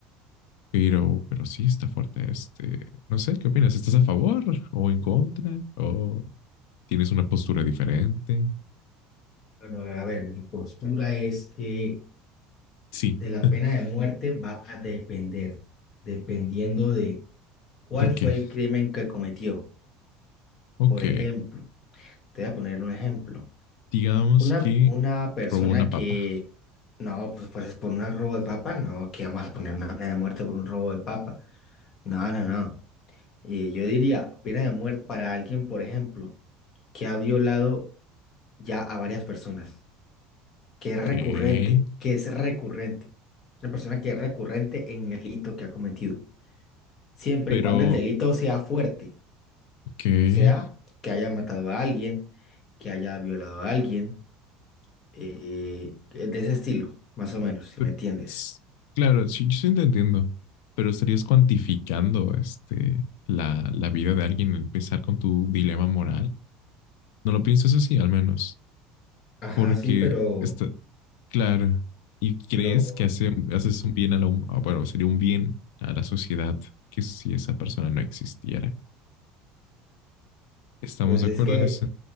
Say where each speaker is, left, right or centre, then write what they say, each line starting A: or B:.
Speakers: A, on the left; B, on the left.
A: pero, pero sí está fuerte. Este, no sé, ¿qué opinas? ¿Estás a favor o en contra? ¿O tienes una postura diferente?
B: Bueno, a ver, mi postura es que
A: Sí.
B: de la
A: <laughs>
B: pena de muerte va a depender, dependiendo de cuál
A: ¿De
B: fue
A: qué?
B: el crimen que cometió.
A: Ok.
B: Por ejemplo, te voy a poner un ejemplo.
A: Digamos
B: Una,
A: que
B: una persona
A: robó una
B: que,
A: papa.
B: no, pues, pues por un robo de papa, no, que vamos a poner una pena de muerte por un robo de papa. No, no, no. Y yo diría pena de muerte para alguien, por ejemplo, que ha violado ya a varias personas, que es
A: ¿Qué?
B: recurrente, que es recurrente. Una persona que es recurrente en el delito que ha cometido. siempre
A: Pero,
B: y cuando el delito sea fuerte,
A: ¿qué?
B: o sea, que haya matado a alguien, que haya violado a alguien, eh, eh, de ese estilo, más o menos, si
A: Pero,
B: me entiendes.
A: s- claro, sí, yo sí te entiendo, pero estarías cuantificando este, la, la vida de alguien, empezar con tu dilema moral. No lo piensas así, al menos,
B: Ajá,
A: porque
B: sí, pero,
A: está, claro, y crees
B: pero,
A: que hace, haces un bien a la, hum- ah, bueno, sería un bien a la sociedad que si esa persona no existiera. ¿Estamos
B: pues
A: de
B: es
A: acuerdo
B: que,
A: en eso?